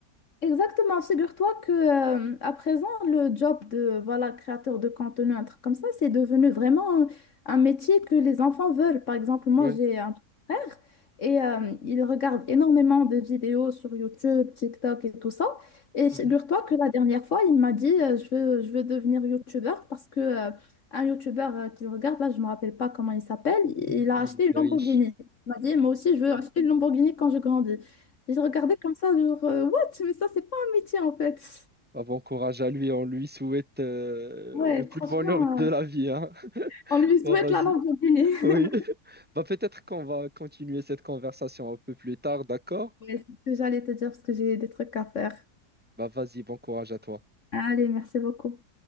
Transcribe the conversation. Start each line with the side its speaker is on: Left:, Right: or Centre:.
Left: Exactement, figure-toi que euh, à présent le job de voilà créateur de contenu un truc comme ça, c'est devenu vraiment un un métier que les enfants veulent. Par exemple, moi
Centre: Ouais.
Left: j'ai un frère et euh, il regarde énormément de vidéos sur YouTube, TikTok et tout ça. Et
Centre: Mhm.
Left: figure-toi que la dernière fois, il m'a dit euh, je veux je veux devenir YouTubeur parce que euh, un YouTubeur euh, qu'il regarde là, je me rappelle pas comment il s'appelle, il
Centre: <laughs>
Left: a
Centre: Il
Left: acheté
Centre: était
Left: une Lamborghini.
Centre: riche.
Left: Il m'a dit moi aussi je veux acheter une Lamborghini quand je grandis. J'ai regardé comme ça, genre, euh, what? Mais ça, c'est pas un métier en fait.
Centre: Bah, bon courage à lui, on lui souhaite euh,
Left: Ouais,
Centre: le plus
Left: franchement,
Centre: bonheur de la
Left: euh,
Centre: vie, hein. <laughs>
Left: on lui
Centre: Bon,
Left: souhaite
Centre: vas-y.
Left: la lamborghini. <laughs>
Centre: Oui. Bah, peut-être qu'on va continuer cette conversation un peu plus tard, d'accord?
Left: Ouais, c'est ce que j'allais te dire parce que j'ai des trucs à faire.
Centre: Bah, vas-y, bon courage à toi.
Left: Allez, merci beaucoup.